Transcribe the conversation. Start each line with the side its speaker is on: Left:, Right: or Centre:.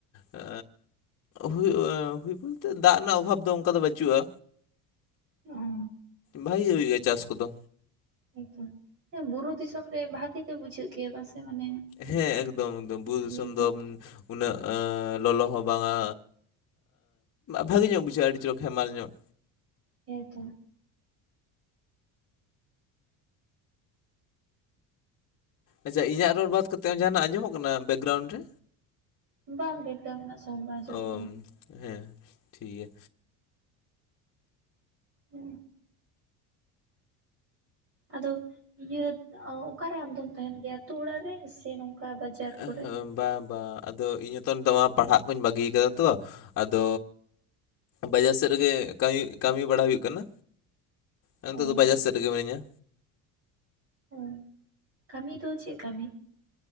Left: ᱮ ᱦᱩᱭᱩᱜ-ᱟ ᱦᱩᱭ ᱵᱚᱞᱛᱮ ᱫᱟᱜ ᱨᱮᱱᱟᱜ ᱚᱵᱷᱟᱵᱽ ᱫᱚ ᱚᱱᱠᱟ ᱫᱚ ᱵᱟᱹᱪᱩᱜᱼᱟ
Right: ᱚ
Left: ᱵᱷᱟᱜᱮ ᱜᱮ ᱦᱩᱭᱩᱜ ᱜᱮᱭᱟ ᱪᱟᱥ ᱠᱚᱫᱚ
Right: ᱦᱚᱭᱛᱚ, ᱦᱮᱸ ᱵᱩᱨᱩ ᱫᱤᱥᱚᱢ ᱨᱮ ᱵᱷᱟᱜᱤ ᱜᱮ ᱵᱩᱡᱷᱟᱹᱜ ᱜᱮᱭᱟ ᱯᱟᱥᱮ ᱢᱟᱱᱮ
Left: ᱦᱮᱸ ᱮᱠᱫᱚᱢ ᱮᱠᱫᱚᱢ
Right: ᱚᱱᱟ
Left: ᱵᱩᱨᱩ ᱫᱤᱥᱚᱢ
Right: ᱤᱭᱟᱹ ᱠᱚ
Left: ᱫᱚ ᱩᱱᱟᱹᱜ ᱞᱚᱞᱚ ᱦᱚᱸ ᱵᱟᱝᱟ ᱵᱷᱟᱜᱮ ᱧᱚᱜ ᱵᱩᱡᱷᱟᱹᱜᱼᱟ ᱟᱹᱰᱤ ᱪᱤᱞᱚᱠ ᱦᱮᱢᱟᱞ ᱧᱚᱜ
Right: ᱦᱮᱸ ᱛᱳ
Left: ᱟᱪᱪᱷᱟ ᱤᱧᱟᱹᱜ ᱨᱚᱲ ᱵᱟᱫ ᱠᱟᱛᱮ ᱦᱚᱸ ᱡᱟᱦᱟᱱᱟᱜ ᱟᱸᱡᱚᱢᱚᱜ ᱠᱟᱱᱟ ᱵᱮᱠᱜᱨᱟᱣᱩᱱᱰ ᱨᱮ
Right: ᱵᱟᱝ ᱵᱮᱠᱜᱨᱟᱣᱩᱱᱰ ᱨᱮᱱᱟᱜ ᱥᱚᱭᱩᱱ ᱵᱟᱝ ᱟᱡᱚᱢᱚᱜ
Left: ᱚ
Right: ᱠᱟᱱᱟ
Left: ᱦᱮᱸ ᱴᱷᱤᱠ ᱜᱮᱭᱟ
Right: ᱦᱮᱸ ᱟᱫᱚ ᱤᱭᱟᱹ ᱚᱠᱟᱨᱮ ᱟᱢᱫᱚᱢ ᱛᱟᱦᱮᱱ ᱜᱮᱭᱟ ᱟᱛᱳ ᱚᱲᱟᱜ ᱨᱮ ᱥᱮ ᱱᱚᱝᱠᱟ ᱵᱟᱡᱟᱨ ᱠᱚᱨᱮ?
Left: ᱮ ᱦᱮᱸ ᱵᱟᱝ ᱵᱟᱝ ᱟᱫᱚ ᱤᱧ ᱦᱚᱸ ᱛᱚ ᱱᱤᱛᱚᱜ ᱯᱟᱲᱦᱟᱜ ᱠᱩᱧ ᱵᱟᱹᱜᱤ ᱠᱟᱫᱟ ᱛᱚ ᱟᱫᱚ ᱵᱟᱡᱟᱨ ᱥᱮᱫ ᱨᱮᱜᱮ ᱠᱟᱹᱢᱤ ᱠᱟᱹᱢᱤ ᱵᱟᱲᱟ ᱦᱩᱭᱩᱜ ᱠᱟᱱᱟ ᱱᱤᱛᱚᱜ
Right: ᱚ
Left: ᱫᱚ ᱵᱟᱡᱟᱨ ᱥᱮᱫ ᱨᱮ ᱜᱮ ᱢᱤᱱᱟᱹᱧᱟ
Right: ᱦᱮᱸ ᱠᱟᱹᱢᱤ ᱫᱚ ᱪᱮᱫ ᱠᱟᱹᱢᱤ